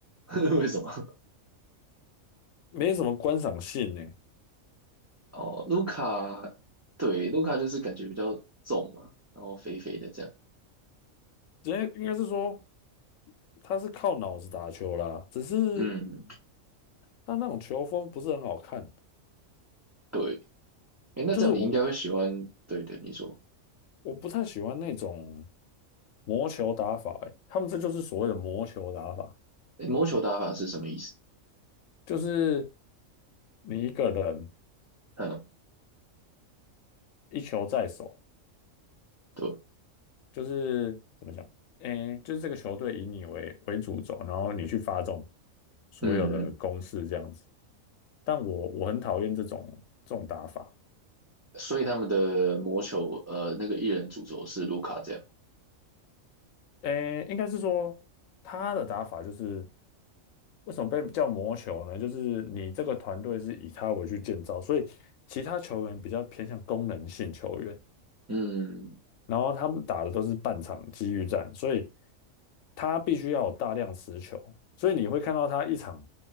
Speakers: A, on the right (about 25°); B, on the left (about 75°).
A: <laughs> 为什么？
B: 没什么观赏性呢、
A: 哦，卢卡，对，卢卡就是感觉比较重嘛，然后肥肥的这样。
B: 人为应该是说他是靠脑子打球啦，只是
A: 嗯，
B: 他那种球风不是很好看，
A: 对。哎，那这样你应该会喜欢。
B: 就是我我
A: 对对，你说，
B: 我不太喜欢那种魔球打法、欸，他们这就是所谓的魔球打法，
A: 哎，魔球打法是什么意思？
B: 就是你一个人
A: 嗯，
B: 一球在手，
A: 对，
B: 就是怎么讲，诶、就是这个球队以你为为主轴，然后你去发动所有的攻势这样子，
A: 嗯嗯。
B: 但我我很讨厌这种这种打法。
A: 所以他们的魔球，呃，那个艺人主轴是卢卡这样。
B: 诶，应该是说他的打法就是为什么被叫魔球呢？就是你这个团队是以他为去建造，所以其他球员比较偏向功能性球员，
A: 嗯，
B: 然后他们打的都是半场机遇战，所以他必须要有大量持球，所以你会看到他一场